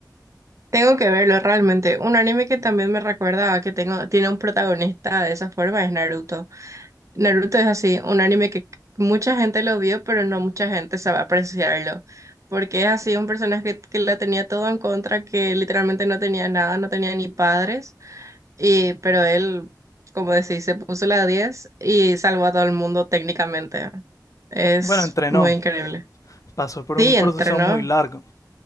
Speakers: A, on the right; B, on the left.
A: Tengo que verlo realmente. Un anime que también me recuerda a que tengo, tiene un protagonista de esa forma es Naruto. Naruto es así, un anime que mucha gente lo vio, pero no mucha gente sabe apreciarlo, porque es así un personaje que, que la tenía todo en contra, que literalmente no tenía nada, no tenía ni padres, y, pero él, como decís, se puso la 10 y salvó a todo el mundo técnicamente. Es
B: Bueno, entrenó,
A: muy increíble.
B: pasó por un
A: Sí,
B: proceso
A: entrenó,
B: muy largo.